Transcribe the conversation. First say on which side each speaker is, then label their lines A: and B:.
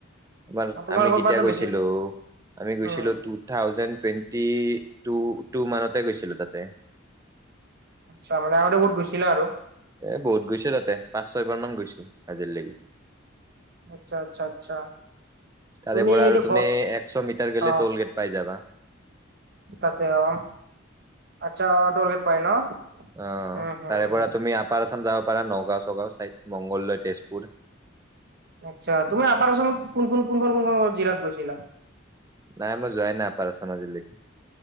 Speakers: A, on the right (about 15°); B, on the right (about 55°).
A: তোমাৰ
B: তোমালোকৰ
A: আমি কেতিয়া
B: পৰাতো
A: গৈছিলো।
B: বেছি
A: আমি গৈছিলো
B: উম
A: টু থাউজেণ্ড টুৱেণ্টি টু মানতে গৈছিলো তাতে
B: আচ্ছা মানে আগতে বহুত গৈছিলা আৰু
A: এ বহুত গৈছো তাতে পাঁচ ছয়বাৰ মান গৈছো আজিলৈকে
B: আচ্ছা আচ্ছা আচ্ছা
A: তাৰে
B: তুমি
A: পৰা
B: এইটো
A: আৰু তুমি
B: ঘৰ
A: একশ মিটাৰ গেলে
B: অ
A: টলগেট পাই যাবা।
B: তাতে অ' আচ্ছা ডৰগেট পায় ন
A: অ'
B: উম হম
A: তাৰে পৰা তুমি আপাৰ আছাম যাব। পাৰা নগাঁও ছগাঁও ছাইদ মংগলদৈ, তেজপুৰ
B: আচ্ছা তুমি আপাৰৰ আসাম ত কোন ক কোন ক কোন ক জিলাত গৈছিলা।
A: নাই মই যোৱাই নাই আপাৰ আসাম আজিলৈকে।